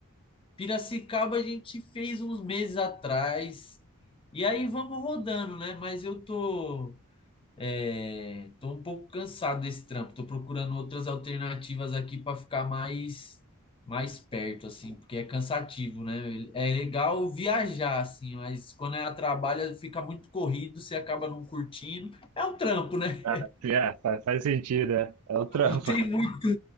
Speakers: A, on the left; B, on the right.
A: Piracicaba a gente fez uns meses atrás. E aí vamos rodando, né? Mas eu tô, é, tô um pouco cansado desse trampo. Tô procurando outras alternativas aqui para ficar mais mais perto, assim, porque é cansativo, né? É legal viajar, assim, mas quando é a trabalho fica muito corrido, você acaba não curtindo. É um trampo, né?
B: <laughs> É, faz, faz sentido, é, é o trampo.
A: Não tem muito,